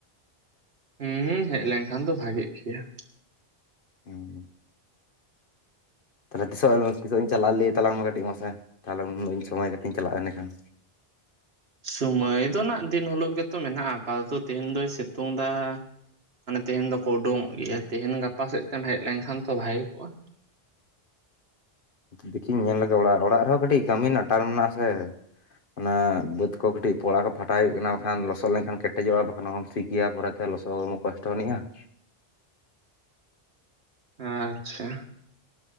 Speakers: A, on the right; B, on the left.
A: ᱦᱩᱸ ᱦᱩᱸ ᱦᱮᱡ ᱞᱮᱱᱠᱷᱟᱱ ᱫᱚ ᱵᱷᱟᱜᱮᱜ ᱜᱮᱭᱟ ᱾
B: ᱦᱩᱸ ᱛᱟᱦᱚᱞᱮ ᱛᱤᱥᱚᱜ ᱛᱤᱥᱚᱜ ᱤᱧ ᱪᱟᱞᱟᱜᱼᱟ ᱞᱟᱹᱭ ᱛᱟᱞᱟᱝ ᱢᱮ ᱠᱟᱹᱴᱤᱡ ᱢᱟᱥ ᱛᱟᱦᱮ ᱩᱱ ᱦᱤᱞᱳᱜ ᱤᱧ ᱥᱚᱢᱚᱭ ᱠᱟᱛᱮᱜ ᱤᱧ ᱪᱟᱞᱟᱜᱼᱟ ᱮᱸᱱᱮᱠᱷᱟᱱ?
A: ᱥᱚᱢᱚᱭ ᱫᱚ ᱱᱟᱜ ᱫᱤᱱ ᱦᱤᱞᱳᱜ ᱜᱮᱛᱚ ᱢᱮᱱᱟᱜᱼᱟ ᱟᱯᱟᱫᱚᱛᱚ ᱛᱮᱦᱮᱧ ᱫᱚᱭ ᱥᱤᱛᱩᱝ ᱮᱫᱟ ᱾ ᱢᱟᱱᱮ ᱛᱮᱦᱮᱧ ᱫᱚᱠᱚ ᱩᱰᱳᱝᱚᱜ ᱜᱮᱭᱟ ᱛᱮᱦᱤᱧ ᱜᱟᱯᱟ ᱥᱮᱫ ᱛᱮᱢ ᱦᱮᱡ ᱞᱮᱱᱠᱷᱟᱱ ᱛᱚ ᱵᱷᱟᱜ ᱠᱚᱜᱼᱟ ᱾
B: ᱫᱮᱠᱷᱤ ᱤᱧ ᱧᱮᱞ ᱞᱮᱜᱮ ᱚᱲᱟᱜ ᱚᱲᱟᱜ ᱨᱮᱦᱚᱸ ᱠᱟᱹᱴᱤᱡ ᱠᱟᱹᱢᱤ ᱨᱮᱱᱟᱜ ᱴᱟᱨ ᱢᱮᱱᱟᱜᱼᱟ ᱥᱮ ᱾ ᱚᱱᱟ ᱵᱟᱹᱫᱽ ᱠᱚ ᱠᱟᱹᱴᱤᱡ ᱯᱚᱲᱟ ᱠᱚ ᱯᱷᱟᱴᱟ ᱦᱩᱭᱩᱜ ᱠᱟᱱᱟ ᱵᱟᱠᱷᱟᱱ ᱞᱚᱥᱚᱫ ᱞᱮᱱᱠᱷᱟᱱ ᱠᱮᱴᱮᱡᱚᱜᱼᱟ ᱵᱟᱠᱷᱟᱱ ᱚᱦᱚᱢ ᱥᱤ ᱾ ᱯᱮᱭᱟ ᱯᱚᱨᱮᱛᱮ ᱞᱚᱥᱚᱫ ᱠᱚᱥᱴᱚᱱᱤᱡᱼᱟ ᱾
A: ᱟᱪᱪᱷᱟ